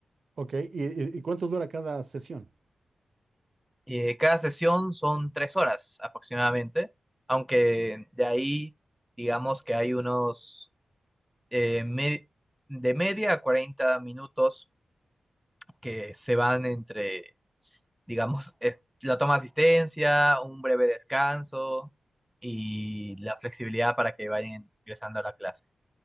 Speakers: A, on the right (about 45°); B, in the centre.
A: Ok, ¿Y, y- y cuánto dura cada sesión?
B: Y eh, cada sesión son tres horas aproximadamente, aunque de ahí, digamos que hay unos eh, me- de media a 40 minutos que se van entre digamos, eh, la toma de asistencia, un breve descanso y la flexibilidad para que vayan ingresando a la clase.